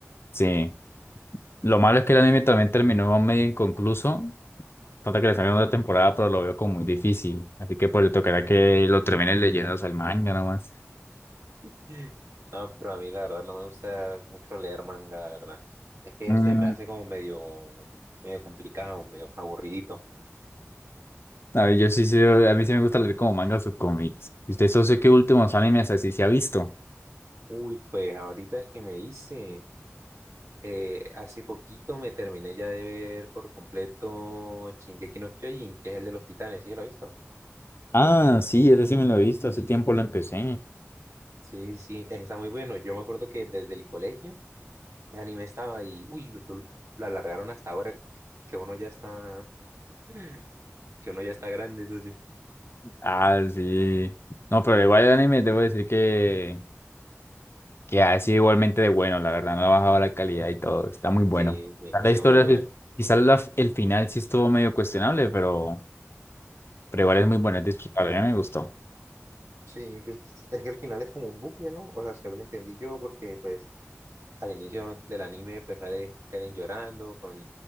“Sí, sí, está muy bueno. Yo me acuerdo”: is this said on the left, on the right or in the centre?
Right